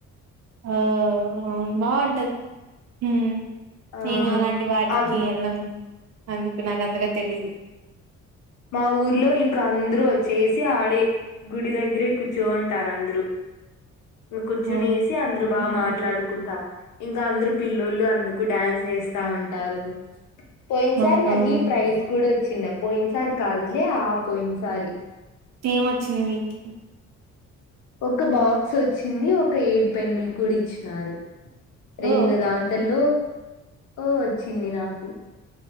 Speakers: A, on the right; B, on the left.
A: ఆ బాగుంటది ఉ
B: ఆ
A: నేను అలాంటి వాటికి
B: అవి
A: వెళ్ళను అందుకు నాకు అంతగా తెలిదు
B: మా ఊర్లో ఇంకా అందరు వాచ్చేసి ఆడే గుడి దగ్గరే కూర్చోంటారందరూ కూర్చునేసి
A: అవునా
B: అందరు బాగా
A: ఉమ్
B: మాట్లాడుకుంటా ఇంకా ఇంకా అందరు పిల్లొలు అందుకు డ్యాన్స్ వేస్తా ఉంటారు పోయిన సారి
A: అవునవును
B: నాకు ప్రైజ్ కూడా వచ్చిందా పోయిన సారి కాదులే ఆ పోయిన సారి
A: ఏమొచ్చింది నీకి
B: ఒక బాక్స్ వచ్చింది ఒక ఏడు పెన్నులు కూడా ఇచ్చినారు రెండు
A: ఓ
B: దాంతల్లో ఓ వచ్చింది నాకు